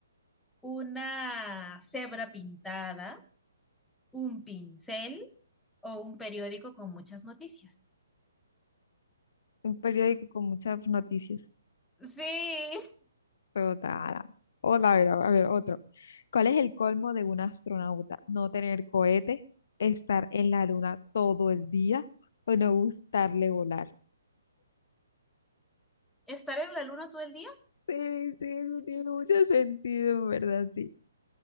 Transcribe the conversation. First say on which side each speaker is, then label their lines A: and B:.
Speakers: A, in the centre; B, on the left (about 55°).
A: ¿Una cebra pintada? ¿Un pincel? ¿O un periódico con muchas noticias?
B: Un periódico con muchas noticias.
A: Sí.
B: Total. Hola, a ver, a ver, otro. ¿Cuál es el colmo de un astronauta? ¿No tener cohete, estar en la luna todo el día o no gustarle volar?
A: ¿Estar en la luna todo el día?
B: Sí, sí, eso tiene mucho sentido, en verdad, sí.